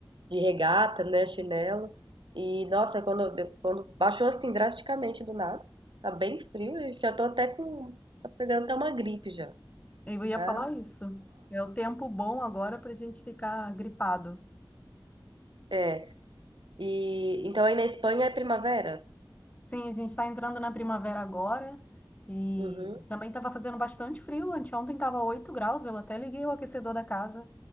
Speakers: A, on the right (about 75°); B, on the left (about 20°).
A: de regata, né? Chinelo. E, nossa, quando, quando baixou assim drasticamente do nada, tá bem frio, eu já tô até com. Tá pegando até uma gripe já,
B: Eu ia
A: tá?
B: falar isso. É o tempo bom agora para a gente ficar gripado.
A: É. E então aí na Espanha é primavera?
B: Sim, a gente está entrando na primavera agora e
A: Uhum.
B: também estava fazendo bastante frio. Anteontem estava 8 graus, eu até liguei o aquecedor da casa,